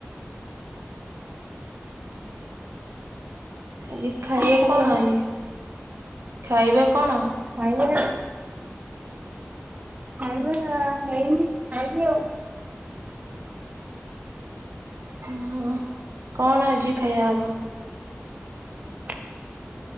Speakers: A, on the right; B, on the right.
A: ଆଜି ଖାଇବା
B: ହ୍ୟାଲୋ
A: କଣ ଆଜି ଖାଇବା କଣ?
B: ଖାଇଲେ ନା? ଖାଇବା ହେଇନି ଖାଇବି ଆଉ।
A: ଓ କଣ ଅଛି ଖାଇଆ ହବ?
B: ହ <unintelligible>